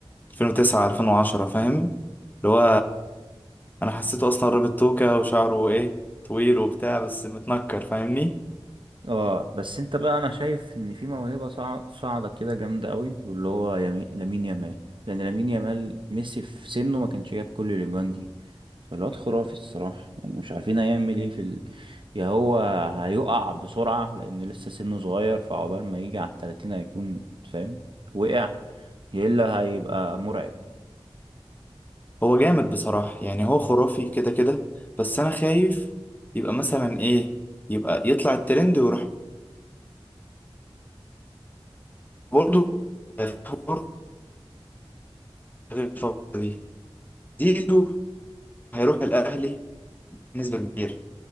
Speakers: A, on the left; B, on the right.
A: 2009 2010 فاهم اللي هو انا حسيته اصلا رابط توكة وشعره ايه طويل وبتاع بس متنكر فاهمني
B: اه بس انت بقى انا شايف ان في موهبه صاع- صاعده كده جامده قوي واللي هو يمي... لامين يامال يعني لامين يامال ميسي في سنه ما كانش جاب كل الاجوان دي فالواد خرافي الصراحه يعني مش عارفين هيعمل ايه في ال... يا هو هيقع بسرعه لان لسه سنه صغير فعقبال ما يجي على التلاتين هيكون فاهم وقع يا الا هيبقى مرعب
A: هو جامد بصراحة يعني هو خرافي كده كده بس انا خايف يبقى مثلا ايه يبقى يطلع الترند ويروح برضه برضه غير الفترة دي زيزو هيروح الاهلي بنسبة كبيرة